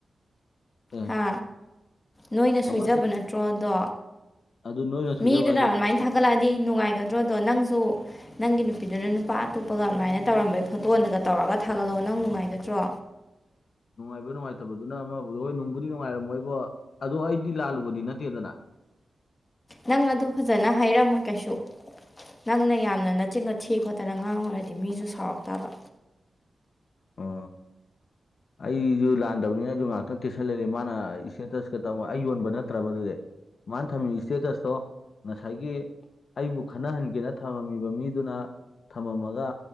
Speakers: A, on the left (about 70°); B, on the left (about 25°).
A: <unintelligible>
B: ꯍꯥ ꯅꯣꯏꯅ
A: ꯀꯃꯥꯏꯅ
B: ꯁꯣꯏꯖꯕ ꯅꯠꯇ꯭ꯔꯣꯗꯣ
A: ꯑꯗꯨ ꯅꯣꯏꯅ ꯁꯣꯏꯖꯕ
B: ꯃꯤꯗꯨꯅ
A: ꯍꯥꯏꯁꯦ
B: ꯑꯗꯨꯃꯥꯏꯅ ꯊꯥꯒꯠꯂꯛꯑꯗꯤ ꯅꯨꯡꯉꯥꯏꯒꯗ꯭ꯔꯗꯣ ꯅꯪꯁꯨ ꯅꯪꯒꯤ ꯅꯨꯄꯤꯗꯨꯅ ꯅꯨꯄꯥ ꯑꯇꯣꯞꯄꯒ ꯑꯗꯨꯃꯥꯏꯅ ꯇꯧꯔꯝꯕꯩ ꯐꯣꯇꯣꯗꯨꯒ ꯇꯧꯔꯒ ꯊꯥꯒꯠꯂꯛꯑꯣ ꯅꯪ ꯅꯨꯡꯉꯥꯏꯒꯗ꯭ꯔꯣ
A: ꯅꯨꯡꯉꯥꯏꯕ ꯅꯨꯡꯉꯥꯏꯇꯕꯗꯨꯅ ꯑꯃꯕꯨ ꯍꯣꯏ ꯅꯨꯡꯕꯨꯗꯤ ꯅꯨꯡꯉꯥꯏꯔꯝꯃꯣꯏꯕꯣ ꯑꯗꯣ ꯑꯩꯗꯤ ꯂꯥꯜꯂꯨꯕꯗꯤ ꯅꯠꯇꯦꯗꯅ
B: ꯅꯪ ꯑꯗꯨ ꯐꯖꯅ ꯍꯥꯏꯔꯝꯃꯣꯏ ꯀꯩꯁꯨ ꯅꯪꯅ ꯌꯥꯝꯅ ꯅꯆꯤꯟꯗ‌ꯣ ꯊꯤ ꯈꯣꯠꯇꯅ ꯉꯥꯡꯉꯨꯔꯗꯤ ꯃꯤꯁꯨ ꯁꯥꯎꯔꯛ ꯇꯥꯕ
A: ꯑꯣ ꯑꯩꯖꯨ ꯂꯥꯟꯗꯕꯅꯤꯅ ꯑꯩꯖꯨ ꯉꯥꯛꯇꯪ ꯇꯦꯁꯜ ꯂꯩꯔ‌ꯦ ꯃꯥꯅ ꯏꯁꯇꯦꯇꯁꯀ ꯇꯧ ꯑꯩ ꯌꯣꯟꯕ ꯅꯠꯇ꯭ꯔꯕ ꯑꯗꯨꯗꯤ ꯃꯥꯅ ꯊꯝꯃꯤ ꯏꯁꯇꯦꯇꯁꯇꯣ ꯉꯁꯥꯏꯒꯤ ꯑꯩꯕꯨ ꯈꯠꯅꯍꯟꯒꯦꯅ ꯊꯝꯃꯝꯃꯤꯕ ꯃꯤꯗꯨꯅ ꯊꯝꯃꯝꯃꯒ